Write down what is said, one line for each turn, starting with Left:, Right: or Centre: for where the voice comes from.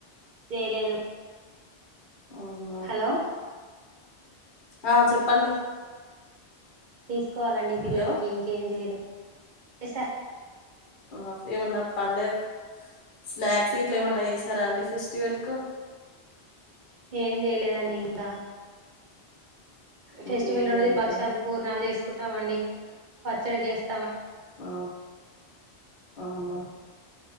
Right: జేయ్లేదు
Left: అవునా
Right: హలో
Left: ఆ చెప్పండి
Right: తీసుకోవాలండి పిల్లలకి
Left: హలో
Right: ఇంకేం జేయలే సా
Left: ఆ ఏమన్నా పండగ స్నాక్స్ గిట్ల ఏమన్నా ఏసారా అండి ఫెస్టివల్ కు
Right: ఏం జేయలేదండి ఇంకా
Left: ఇంకేం
Right: ఫెస్టివల్
Left: చేయలేదా
Right: రోజ భక్షాలు పూర్ణాలు చేసుకుంటామండి పచ్చడి చేస్త
Left: అ అవునా